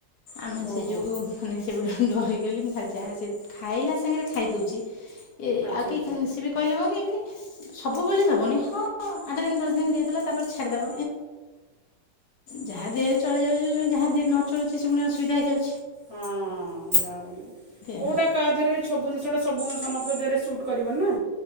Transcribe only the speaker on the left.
ଆମେ ସେ
ଯୋଉ ମାନେ ସେଡଗୁଡା ଧରିକି ଗଲି ମୁଁ <unintelligible> ଯାହା ସେ ଖାଇଲା ସାଙ୍ଗରେ ଖାଇଦୋଉଚି। ଏ
ଆଉ କି
ସି ବି କହିଲେ ହୋଉନି। ସବୁ ବୋଲି ଦବନି ହଁ ଆଠ ଦିନ ଦଶ ଦିନ ଦେଇଥିଲା ତାପରେ ଛାଡିଦବ। ଯାହା ଦେହରେ ଚଳି ଯାଉଛି <unintelligible> ଯାହା ଦେରେ ନ ଚଳୁଛି ସେ ପୁଣି ଅସୁବିଧା ହୋ।
ଆଉ।